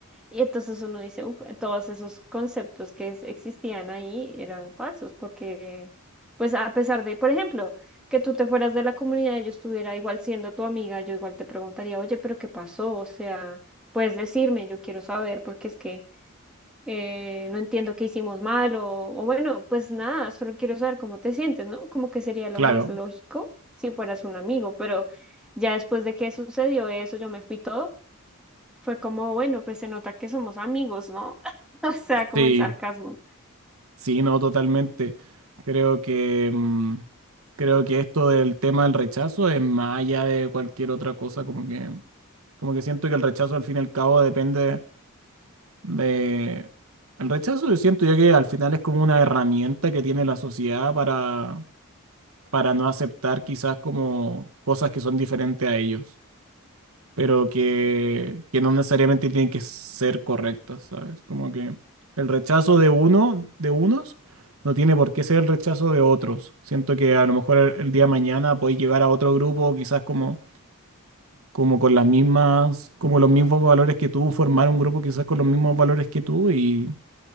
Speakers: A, in the centre; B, on the right (about 70°).
A: Y entonces uno dice, uff, todos esos conceptos que es- existían ahí eran falsos, porque, pues a pesar de, por ejemplo, que tú te fueras de la comunidad, yo estuviera igual siendo tu amiga, yo igual te preguntaría, oye, pero ¿qué pasó? O sea, puedes decirme, yo quiero saber, porque es que eh, no entiendo qué hicimos mal, o, o bueno, pues nada, solo quiero saber cómo te sientes, ¿no? Como que sería lo
B: Claro,
A: más lógico si fueras un amigo, pero ya después de que sucedió eso, yo me fui todo fue como, bueno, pues se nota que somos amigos, ¿no? <laughs> O sea, como
B: sí,
A: en sarcasmo.
B: sí, no, totalmente. Creo que mm, creo que esto del tema del rechazo es más allá de cualquier otra cosa, como que como que siento que el rechazo al fin y al cabo depende de el rechazo yo siento yo que al final es como una herramienta que tiene la sociedad para para no aceptar quizás como cosas que son diferentes a ellos. pero que, que no necesariamente tienen que ser correctas, ¿sabes? Como que el rechazo de uno, de unos, no tiene por qué ser el rechazo de otros. Siento que a lo mejor el, el día de mañana podéis llegar a otro grupo, quizás como, como con las mismas, como los mismos valores que tú, formar un grupo quizás con los mismos valores que tú y,